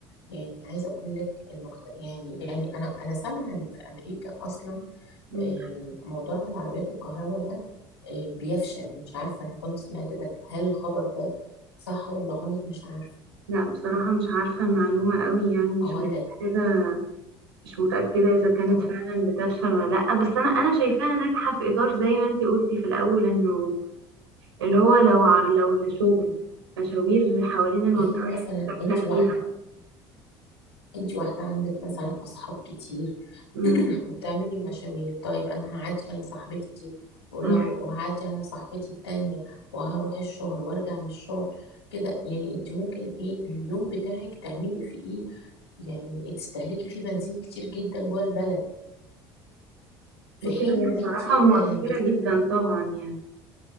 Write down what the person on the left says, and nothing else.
يعني عايزه اقول لك المكت... يعني يعني انا انا سامعه ان في امريكا اصلا
آم، موضوع العربيات الكهرباء ده آه، بيفشل مش عارفه انا كنت سمعت ده هل الخبر ده صح ولا غلط مش عارفه
اقول
لك
اه
يعني
مثلا
انت
واحده
انت واحده عندك مثلا اصحاب كتير
<clears throat> وبتعمل لي مشاوير طيب انا هعدي على صاحبتي دي ولو
وهعدي على صاحبتي التانية وهروح الشغل وارجع من الشغل كده يعني انت ممكن ايه اليوم بتاعك تعملي فيه ايه يعني تستهلكي فيه بنزين كتير جدا جوه البلد في
حين
ان
انت آه،
بت...